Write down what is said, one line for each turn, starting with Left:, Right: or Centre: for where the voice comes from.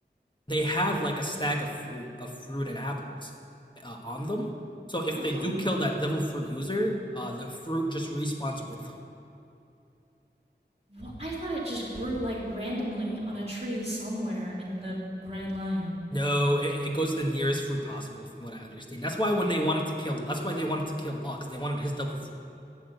Left: they have like a stack of fruit of fruit and apples uh, on them. So if
Right: Oh,
Left: they do kill that devil fruit user, uh, the fruit just respawns with them.
Right: well, I thought it just grew like randomly on a tree somewhere in the Grand Line.
Left: No, it, it goes to the nearest fruit possible, from what I understand. That's why when they wanted to kill, that's why they wanted to kill Law because they wanted his devil fruit.